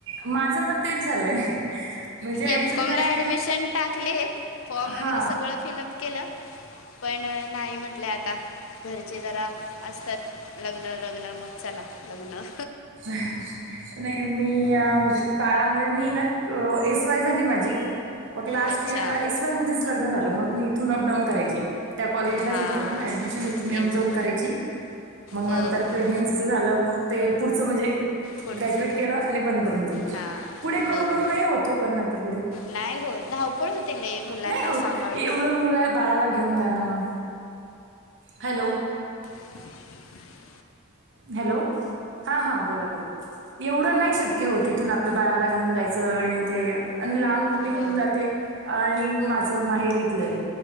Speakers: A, on the right; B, on the left.
A: माझं पण तेच झालंय म्हणजे ऍक्च्युली
B: एमकॉमला
A: माझी
B: ऍडमिशन टाकले. फॉर्म
A: हा
B: वगैरे सगळं फिलआप केलं पण नाही म्हटलं आता घरचे जरा असतात. लग्न लग्न मग चला लग्न.
A: स नाही मी म्हणजे बाळामुळे मी ना एस वाय झाली माझी मग लास्ट
B: अच्छा
A: इयर ला एस वाय मध्येच लग्न झाल मग मी इथून अपडाऊन करायची. त्या कॉलेजला
B: हां
A: घेतलल ऍडमिशन इथून येऊन
B: ये
A: जाऊन
B: जा
A: करायची. नंतर
B: हो हो
A: मग प्रेग्नेंट तच झालं मग ते पुढचं म्हणजे
B: पुढचं
A: ग्रॅज्युएट केलं आणि बंद करून दिलं
B: हां
A: पुढे करू
B: हो
A: करू
B: हो
A: नाही होतो पण नंतर पुढे
B: नाही हो धावपळ होते ना मुलांना
A: नाही होत
B: सांभाळून
A: एवढं मुलं बाळाला घेऊन जाणं, हॅलो
B: <unintelligible>
A: हॅलो हा हा बोला बोला. एवढं नाही शक्य हो तिथून आपल्या बाळाला घेऊन जायचं आणि ते आणि लांब रुटीन
B: हो
A: येऊन जात आणि माझ माहेर इथलये